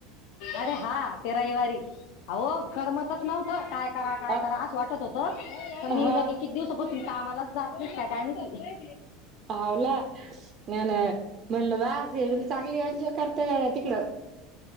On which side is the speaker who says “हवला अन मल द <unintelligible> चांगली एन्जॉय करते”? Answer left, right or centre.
Right